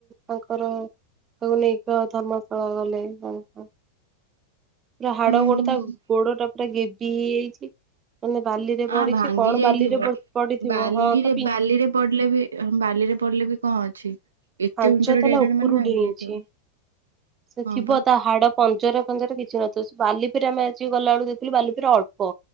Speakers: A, on the right (about 25°); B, on the right (about 70°).
A: ତାଙ୍କର ତାକୁ ନେଇକି ଆ ଧର୍ମଶାଳା ଗଲେ <unintelligible> ପୁରା ହାଡ
B: ହୁଁ
A: ଗୋଡ
B: ହୁଁ।
A: ତା ଗୋଡଟା ପୁରା ଗେବି ହେଇଯାଇଛି। ମାନେ ବାଲିରେ ପଡିଛି
B: ଆ ଭାଙ୍ଗି
A: କଣ
B: ଯାଇଥିବ
A: ବାଲିରେ ପଡିଥିବ
B: ବାଲିରେ
A: ହଁ ତା
B: ବାଲିରେ ପଡିଲେ ବି ବାଲିରେ ପଡ଼ିଲେ ବି କଣ ଅଛି? ଏତେ
A: ପାଞ୍ଚ
B: ଉଞ୍ଚାରେ
A: ତାଲା
B: ଡେଇଁଲାଣି
A: ଉପରୁ
B: ମାନେ ଭାଙ୍ଗି
A: ଡେଇଁଛି।
B: ଯାଇଥିବ
A: ସେ
B: ହଁ
A: ଥିବ
B: ବା
A: ତା ହାଡ ପଞ୍ଜରା ଫଞ୍ଜରା କିଛି ନଥିବ। ବାଲି ଫିରେ ଆମେ ଆଜି ଗଲା ବେଳକୁ ଦେଖିଲୁ ବାଲି ଫିରା ଅଳ୍ପ